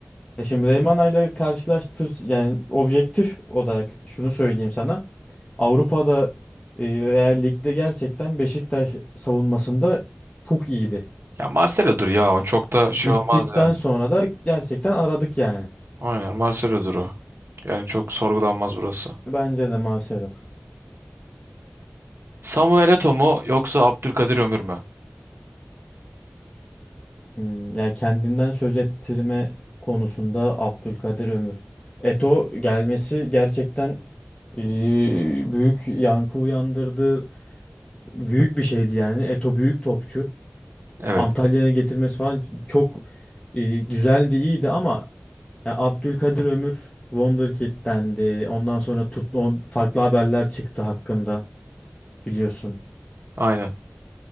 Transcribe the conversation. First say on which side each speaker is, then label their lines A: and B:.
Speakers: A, on the left; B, on the right.
A: E şimdi Reymana ile karşılaştır yani objektif olarak şunu söyleyeyim sana. Avrupa'da e, veya ligde gerçekten Beşiktaş savunmasında çok iyiydi.
B: Ya Marcelo'dur ya o çok da şey
A: Gittikten
B: olmaz yani.
A: sonra da gerçekten aradık yani.
B: Aynen Marcelo'dur o. Yani çok sorgulanmaz burası.
A: Bence de Marcelo.
B: Samuel Eto'o mu yoksa Abdülkadir Ömür mü?
A: Hmm, yani kendinden söz ettirme konusunda Abdülkadir Ömür. Eto gelmesi gerçekten eee, büyük yankı uyandırdı. Büyük bir şeydi yani. Eto büyük topçu.
B: Evet.
A: Antalya'ya getirmesi falan çok eee, güzeldi, iyiydi ama ya Abdülkadir Ömür Wonderkid'dendi. Ondan sonra tut, o- farklı haberler çıktı hakkında biliyorsun.
B: Aynen.